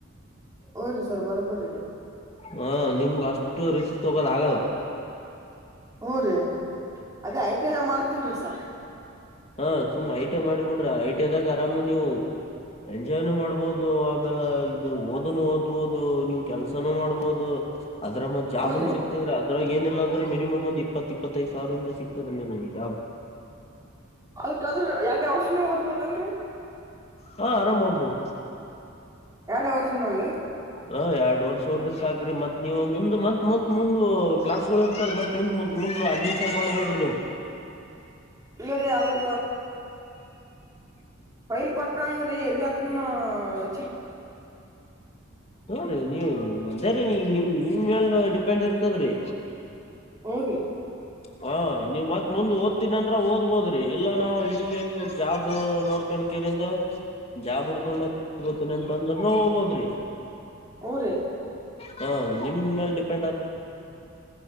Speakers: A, on the right; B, on the left.
A: ಹು ರೀ ಸರ್ ಬರಬರಿ ರಿ
B: ಹಾ ನಿಮ್ಗ ಅಷ್ಟು ರಿಸ್ಕ್ ತಗೋದ ಆಗಲ್ಲ.
A: <unintelligible> ಅದೇ ಐಟಿಐ ಮಾಡ್ತನ್ ರೀ ಸರ್.
B: ಹಾ ಸುಮ್ನೆ ಐ ಟಿಐ ಮಾಡಿಬಿಡ್ರಿ ಐ ಟಿಐದಾಗ ಆರಾಮ್ ನೀವು ಎಂಜಾಯ್ನು ಮಾಡ್ಬೋದು ಆಮೇಲೆ ಇದು ಓದನು ಓದ್ ಬಹುದು, ನೀವ್ ಕೆಲ್ಸನು ಮಾಡ್ಬೋದು. ಅದ್ರ ಮತ್ ಜಾಬ್
A: ಹ್ಞೂ
B: ಅನ್
A: ರೀ
B: ಸಿಕ್ತದ ಅದ ಏನಿಲ್ಲ ಅಂದ್ರೆ ಮಿನಿಮ್ ಒಂದ್ ಇಪ್ಪತ್ತ ಇಪ್ಪತ್ತೈದು ಸಾವಿರ್ರ ಸಿ ಕ ಜಾಬ್ <unintelligible>
A: ಅದಕ್ಕಂದ್ರೆ ಎರಡೇ ವರ್ಷನೇ ಓದ್ಬೋದಲ್ರಿ
B: ಹಾ ಆರಾಮ್ ಹೋಗ್ಬೋದು
A: ಎರಡು ವರ್ಷದನಳ್ಳ ಅಲ್ರ.
B: ಹ ಎರಡ್ ವರ್ಷ ಹೋದ್ರಿ ಸಾಕ್ರರಿ ಮತ್ ನೀವು ಮುಂದ್ ಮತ್ ಮತ್ ಮುಂದ ಕ್ಲಾಸ್ ಗಳು ಇರ್ತರಿ ಮತ್ ಮುಂದ್ ಮು ಅಡ್ಮಿಷನ್ ಮಾಡ್ಬೋದ್ರಿ ನೀವು.
A: ಇಲ್ಲ ರೀ ಅದ್ರ ಫೈಲ್ ಕೊಟ್ರಂದ್ರಿ ಎಲ್ಲಿಯಾದ್ರೂನ್ನ ಹದು <inaudible>
B: ಹು ರಿ ನೀವು ಅದೇ ರೀ ನೀಗ ನಿಮ ನಿಮಲ್ಲ ಡಿಪೆಂಡ್ ಇರ್ತದ್ರಿ.
A: ಊ ರಿ
B: ಹಾ ನೀವ ಮತ್ ಮುಂದ್ ಓದ್ತೀನ ಅಂದ್ರ ಓದ್ಬೋದ್ರಿ ಇಲ್ಲಾ ನಾವ್ ಇಲ್ಲಿಗೆ ಜಾಬ್ ನೋಡ್ಕೊಂಡಕೇರಿಂದ ಜಾಬ್ ಉಡ್ಕೊಂಡ ಜಾಬ ಓತೀನಿ ಅಂತಂದ್ರನು ಹೋಗ್ಬೋದ್ರಿ.
A: ಊ ರೀ
B: ಹಾ ನಿಮ ಮೇಲ್ ಡಿಪೆಂಡ್ ಆದ್